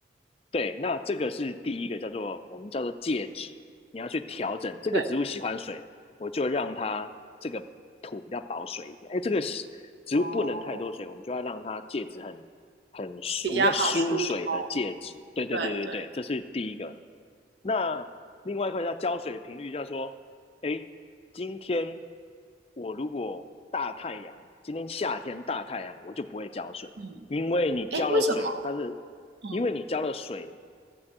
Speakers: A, on the left (about 35°); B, on the right (about 80°).
A: 对，那这个是第一个叫做我们叫做介质，你要去调整这个植物喜欢水，
B: 对。
A: 我就让它这个土比较保水一点。哎，这个植物不能太多水，
B: 哦，
A: 我们就要让它介质很很我们叫疏水的介质。
B: 比较好疏通。
A: 对对对对对，
B: 对对，
A: 这是第一个。那另外一块叫浇水频率，叫做哎，今天我如果大太阳，今天夏天大太阳，我就不会浇水，
B: 嗯，
A: 因为你浇了水，
B: 哎，为什么？
A: 它是
B: 嗯
A: 因为你浇了水。